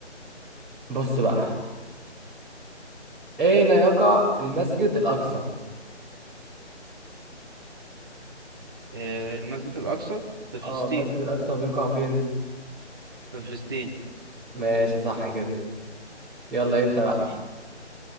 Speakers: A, in the centre; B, on the right (about 20°).
A: بص بقى اين يقع المسجد الاقصى
B: آه المسجد الأقصى في فلسطين
A: اه المسجد الاقصى بيقع فين
B: في فلسطين
A: ماشي صح كده يلا انت بقى
B: صح